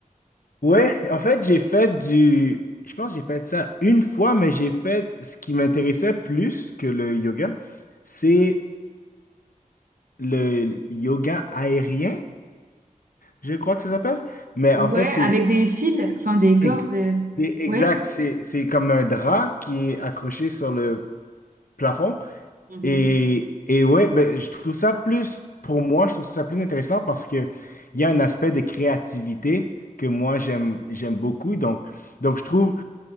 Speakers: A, on the left; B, on the right.
A: Ouais, en fait, j'ai fait du... Je pense que j'ai fait ça une fois, mais j'ai fait ce qui m'intéressait plus que le yoga. C'est le yoga aérien, je crois que ça s'appelle. Mais
B: Ouais,
A: en fait, c'est
B: avec des fils, enfin des cordes.
A: ex-
B: euh,
A: c'est exact.
B: Ouais.
A: C'est c'est comme un drap qui est accroché sur le plafond.
B: Mhm.
A: Et, et ouais, ben, je trouve ça plus, pour moi, je trouve ça plus intéressant parce que il y a un aspect de créativité que moi, j'aime, j'aime beaucoup. Donc, donc, je trouve,